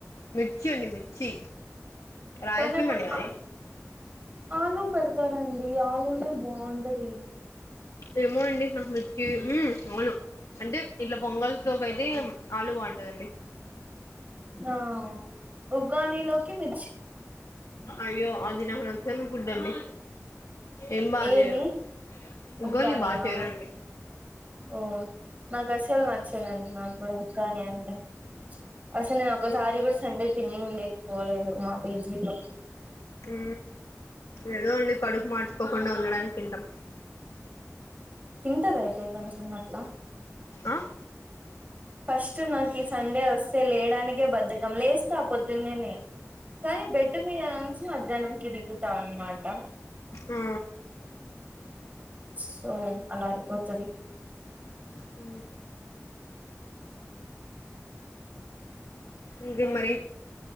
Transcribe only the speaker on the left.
మిర్చి అండి మిర్చి రాయలసీమ
అండి మాది
ఏమో అండి నాకు మిచ్చి అవును అంటే ఇట్లా పొంగల్ సోపు అయితే ఆలు బాగుంటదండి
అయ్యో అదిినహన వచ్చం ఫుడ్డంండి ఏం బా
చేయరుగని
బాగా చేరండి
ఉ ఏదో అండి కడుకు మార్చుకోకుండా ఉండడానికి తింటాం
ఆ
ఆ
అ ఇంకేం మరి